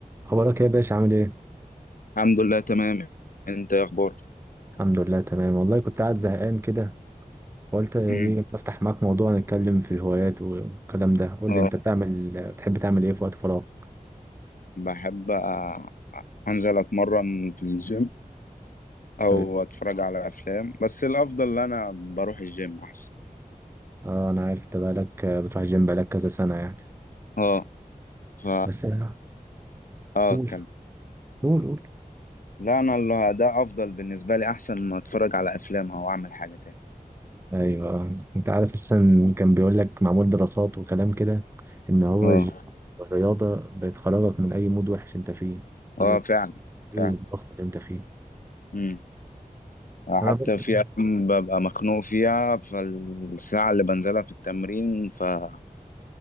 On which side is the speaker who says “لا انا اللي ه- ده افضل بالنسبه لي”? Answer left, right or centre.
Left